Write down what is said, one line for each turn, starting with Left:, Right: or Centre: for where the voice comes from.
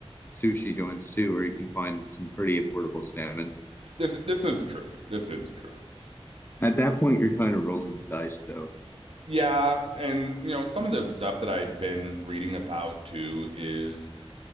Left: sushi joints too, where you can find some pretty affordable salmon.
Right: This this is true. This is true.
Left: At that point, you're kind of rolling the dice, though.
Right: Yeah, and you know, some of the stuff that I'd been reading about too is